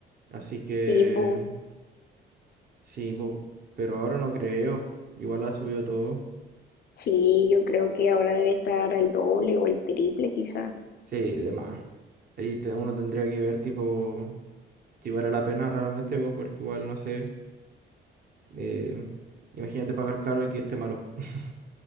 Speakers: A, on the right; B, on the left.
A: Así que,
B: Sí, po.
A: sí, po, pero ahora no creo. Igual ha subido todo.
B: sí, yo creo que ahora debe estar al doble o el triple quizá.
A: Sí, de más. Ahí te- uno tendría que ver tipo si vale la pena realmente, po, porque igual, no sé. eh, imagínate pagar caro y que esté malo. <laughs>